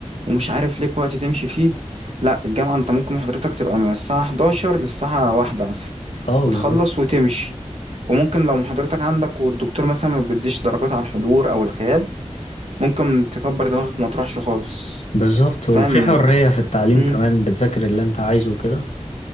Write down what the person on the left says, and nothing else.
اه
بالظبط
بالظبط وفي
حرية في التعليم
كمان بتذاكر اللي أنت عايزه وكده